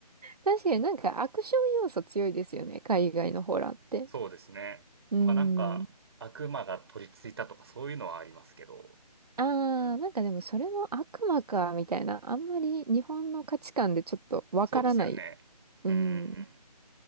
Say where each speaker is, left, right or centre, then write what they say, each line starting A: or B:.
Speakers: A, on the right; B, on the right.
A: 確かになんかアクション要素強いですよね、海外のホラーって。
B: <laughs> そうですねまあなんか悪魔が取り付いたとかそういうのはありますけど
A: うん。ああ、なんかでもそれも悪魔か、みたいな。あんまり日本の価値観でちょっとわからない。
B: そうですよねうんうんうん
A: うん。